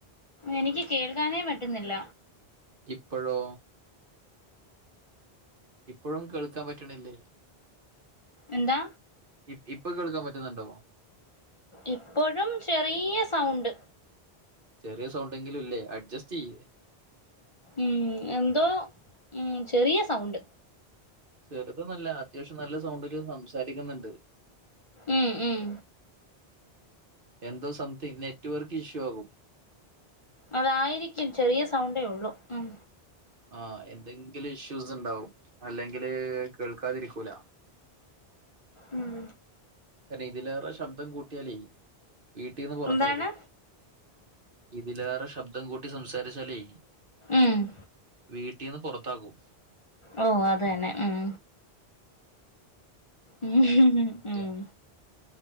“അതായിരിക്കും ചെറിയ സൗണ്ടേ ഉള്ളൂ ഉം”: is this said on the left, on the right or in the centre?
Left